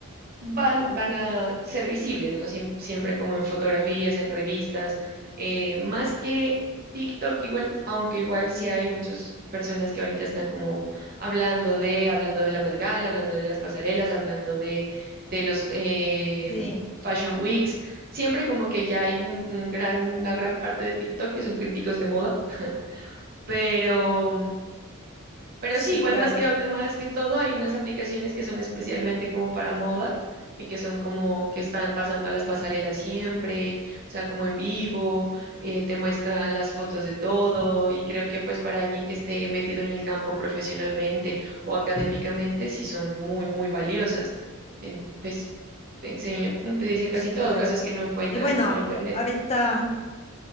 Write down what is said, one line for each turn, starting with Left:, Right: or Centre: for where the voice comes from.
Right: van, van a ser visibles, ¿no? Siem- siempre como en fotografías, en revistas, eh, más que TikTok igual, aunque igual sí hay muchas personas que ahorita están como hablando de, hablando de la Met Gala, hablando de las pasarelas, hablando de, de los eh,
Left: Sí,
Right: Fashion Weeks, siempre como que ya hay un, un gran, una gran parte de TikTok que son críticos de moda, pero... Pero
Left: sí,
Right: sí, igual
Left: claro,
Right: más que, ot- más que todo, hay unas aplicaciones que son especialmente como para moda y que son como que están pasando a las pasarelas siempre, o sea, como en vivo, eh, te muestran las fotos de todo y creo que pues para alguien que esté metido en el campo profesionalmente o académicamente, sí son muy, muy valiosas. Eh, pues enseña- te dicen casi
Left: sí,
Right: todo,
Left: claro.
Right: cosas que no encuentras
Left: Y bueno,
Right: como en internet.
Left: ahorita,